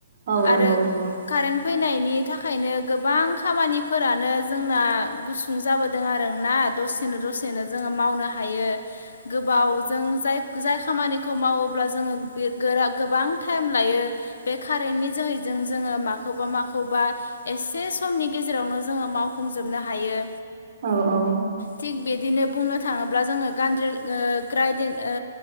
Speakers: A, on the right; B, on the left.
A: औ
B: आरो
A: नंगौ नंगौ
B: कारेन्ट फैनायनि थाखायनो गोबां खामानिफोरानो जोंना गुसुं जाबोदों आरो ना दसेनो दसेनो जों जो मावनो हायो गोबाव जों जाय जाय खामानिखौ मावोब्ला जोङो गोरा गोबां टाइम लायो बे कारेन्टनि जोहैजों जोङो माखौबा माखौबा एसे समनि गेजेरावनो जोङो मावफुंजोबनो हायो
A: औ औ
B: थिग बिदिनो बुंनो थाङोब्ला जोङो गान्द्रि ओ ग्रायदिन ओ